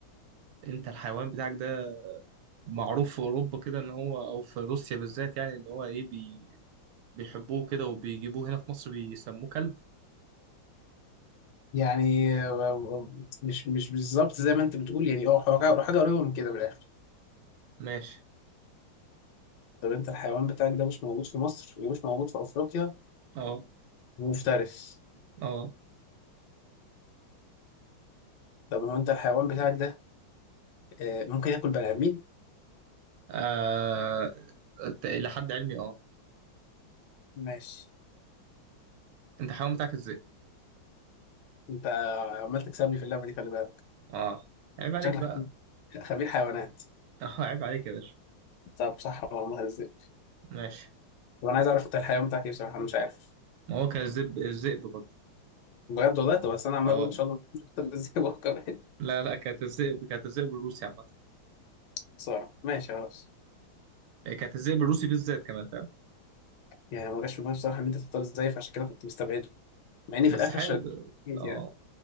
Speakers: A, on the right; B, on the left.
A: انت الحيوان بتاعك ده معروف في أوروبا كده ان هو او في روسيا بالذات يعني ان هو ايه بي بيحبوه كده وبيجيبوه هنا في مصر بيسموه كلب
B: يعني آه، مش مش بالظبط زي ما انت بتقول يعني اه حاجة حاجة قريبة من كده من الاخر
A: ماشي
B: طب انت الحيوان بتاعك ده مش موجود في مصر ومش موجود في افريقيا
A: اه
B: ومفترس
A: اه
B: طب هو انت الحيوان بتاعك ده آه، ممكن ياكل بني ادمين
A: آه، ت- الى حد علمي اه
B: ماشي
A: انت حيوان بتاعك الذئب
B: انت عمال تكسبني في اللعبه دي خلي بالك
A: اه عيب عليك
B: شكلك
A: بقى
B: خبير خبير حيوانات
A: <laughs> اه عيب عليك يا باشا
B: طب صح ولا مثلا ازاي
A: ماشي
B: طب انا عايز اعرف انت الحيوان بتاعك ايه بصراحه انا مش عارف
A: ما هو كان الذئب الذئب برضه
B: بجد والله طب بس انا عمال
A: اه
B: اقول ان شاء الله تختار ازاي وهو كمان
A: لا لا كانت الذئب كانت الذئب الروسي عامة
B: صورة ماشي خلاص
A: إيه، كانت الذئب الروسي بالذات كمان فاهم
B: يعني ما جاش في دماغي بصراحه ان انت تختار ازاي فعشان كده كنت مستبعده مع اني
A: بس
B: في الاخر
A: حلو
B: شديت
A: اه
B: يعني